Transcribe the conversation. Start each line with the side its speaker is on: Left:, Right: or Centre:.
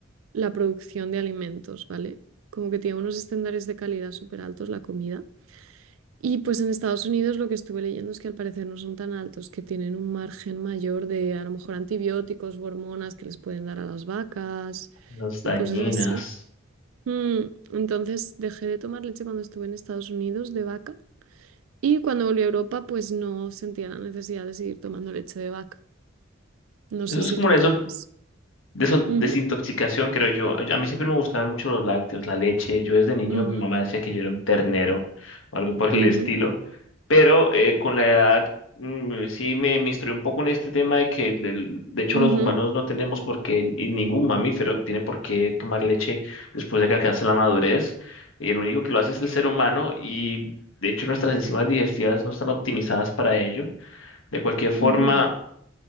Right: la producción de alimentos, ¿vale? Como que tiene unos estándares de calidad súper altos la comida. Y pues en Estados Unidos lo que estuve leyendo es que al parecer no son tan altos, que tienen un margen mayor de a lo mejor antibióticos u hormonas que les pueden dar a las vacas
Left: Las
Right: y
Left: dañinas.
Right: cosas así. Mm, entonces dejé de tomar leche cuando estuve en Estados Unidos de vaca y cuando volví a Europa pues no sentía la necesidad de seguir tomando leche de vaca. No
Left: Eso
Right: sé
Left: es
Right: si
Left: como
Right: tú
Left: una
Right: tomas.
Left: Deson-
Right: Ujú,
Left: desintoxicación, creo yo. A mí siempre me gustaban mucho los lácteos, la leche. Yo desde niño
Right: ujú,
Left: mi mamá decía que yo era un ternero o algo por
Right: ujú,
Left: el estilo. Pero eh, con la edad mm, sí me, me instruí un poco en este tema de que el- de hecho
Right: ujú,
Left: los humanos no tenemos por qué, y ningún mamífero tiene por qué tomar leche después de que alcance la madurez. Y el único que lo hace es el ser humano y de hecho nuestras enzimas digestivas no están optimizadas para ello. De cualquier forma,
Right: ujú,